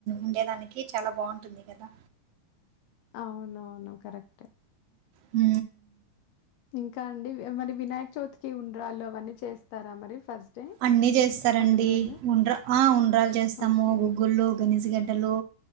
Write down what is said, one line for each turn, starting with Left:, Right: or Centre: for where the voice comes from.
Right: ఉండేదానికి చాలా బాగుంటుంది కదా
Left: అవునవును కరెక్ట్
Right: ఊ
Left: ఇంకా అండి మరి వినాయక చవితికి ఉండ ఉండ్రాళ్ళు అవన్నీ చేస్తారా మరి ఫస్ట్ డే?
Right: అన్ని చేస్తారండి
Left: పండుగ రోజు?
Right: ఉండ్రా ఆ ఉండ్రాలు చేస్తాము
Left: ఓకే.
Right: గుగ్గులు గనిజగడ్ హలో